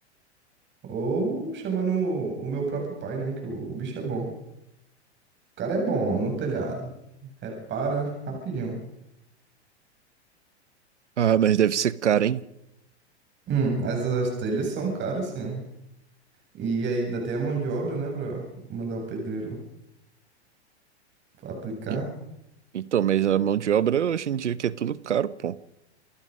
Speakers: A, on the right; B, on the right.
A: Ou chamando o o meu próprio pai, né? Que o bicho é bom. O cara é bom no telhado. Repara rapidinho.
B: Ah, mas deve ser caro, hein?
A: Hum, as, as telhas são caras, sim. E ainda tem a mão de obra, né, pra mandar o pedreiro aplicar.
B: E- Então, mas a mão de obra hoje em dia que é tudo caro, pô.